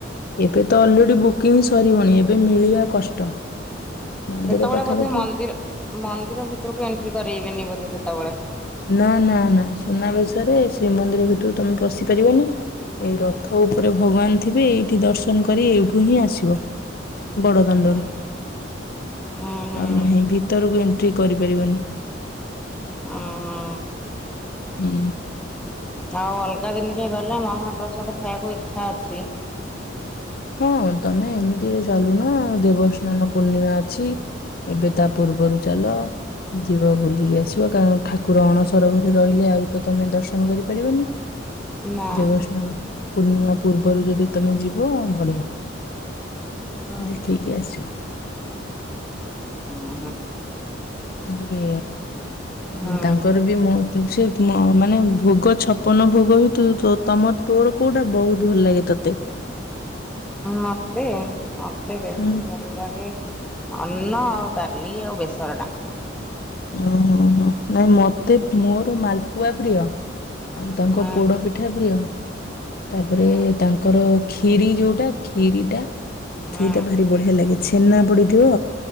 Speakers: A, on the left (about 50°); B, in the centre.
A: ଏବେ ତ ଅଲରେଡି ବୁକିଂ ସରିବଣି ଏବେ ମିଳିବା କଷ୍ଟ। ମନ୍ଦିର
B: ସେତେବେଳେ
A: ପାଖାପାଖି
B: ବୋଧେ ମନ୍ଦିର ମନ୍ଦିର ଭିତରକୁ ଏଣ୍ଟ୍ରି କରେଇବେନି ବୋଧେ ସେତେବେଳେ।
A: ନା ନା ନା ସୁନାବେଶରେ ଶ୍ରୀମନ୍ଦିର ଭିତରୁ ତମେ ପଶି ପାରିବନି। ଏଇ ରଥ ଉପରେ ଭଗବାନ ଥିବେ ଏଇଠି ଦର୍ଶନ କରି ଏଇଠୁ ହିଁ ଆସିବ। ବଡ଼ଦାଣ୍ଡରୁ।
B: ହୁଁ ହୁଁ ହୁଁ।
A: ଆଉ ନାହିଁ ଭିତରକୁ ଏଣ୍ଟ୍ରି କରିପାରିବନି।
B: ଉଁ ହୁଁ
A: ହୁଁ।
B: ଆଉ ଅଲଗା ଦିନ ରେ ଗଲେ ମହାପ୍ରସାଦ ଖାଇବାକୁ ଇଚ୍ଛା ଅଛି
A: ହଁ ତମେ ଏମିତିରେ ଚାଲୁନ ଦେବସ୍ନାନ ପୂର୍ଣ୍ଣିମା ଅଛି ଏବେ ତା ପୂର୍ବରୁ ଚାଲ ଯିବା ବୁଲିକି ଆସିବ କାରଣ ଠାକୁର ଅଣସର ଘରେ ରହିଲେ ଆଉ ତ ତମେ ଦର୍ଶନ କରିପାରିବନି।
B: ନା।
A: ଦେବସ୍ନାନ ପୂର୍ଣ୍ଣିମା ପୂର୍ବରୁ ଯଦି ତମେ ଯିବ <unintelligible>
B: ହଁ।
A: ଦେଖେଇକି ଆସିବ
B: ହୁଁ
A: ତାପରେ
B: ହୁଁ
A: ତାଙ୍କର ବି ମ ସେ ମାନେ ଭୋଗ ଛପନ ଭୋଗ ବି ତମ ତୋର କୋଉଟା ବହୁତ ଭଲ ଲାଗେ ତତେ?
B: ମତେ ମତେ ବେଶୀ
A: ହୁଁ
B: ଭଲ ଲାଗେ ଅନ୍ନ ଆଉ ଡାଲି ଆଉ ବେସର ଟା।
A: ଓ ହୋ ନାଇଁ ମତେ ମୋର ମାଲପୁଆ ପ୍ରିୟ। ଆଉ ତାଙ୍କ
B: ହୁଁ
A: ପୋଡ଼ ପିଠା ପ୍ରିୟ ତାପରେ
B: ହୁଁ
A: ତାଙ୍କର ଖିରି ଯୋଉଟା ଖିରି ଟା
B: ହୁଁ
A: ସେଇଟା ଭାରି ବଢି଼ଆ ଲାଗେ ଛେନା ପଡିଥିବ